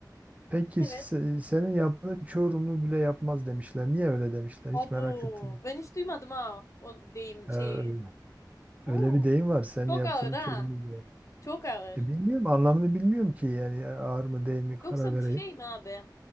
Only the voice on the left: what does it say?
Evet.
Abu,
ben hiç duymadım ha o deyim
şeyi.
Oo,
çok
ağır ha.
Çok ağır.
Yoksa
bu şey mi abi?